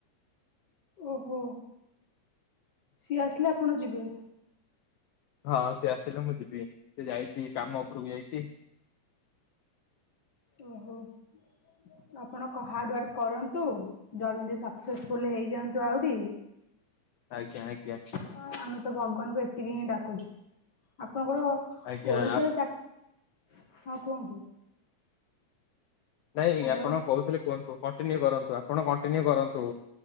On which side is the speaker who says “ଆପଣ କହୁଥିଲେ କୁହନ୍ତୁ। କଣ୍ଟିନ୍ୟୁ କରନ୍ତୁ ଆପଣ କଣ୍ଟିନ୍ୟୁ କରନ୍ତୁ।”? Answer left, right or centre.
Left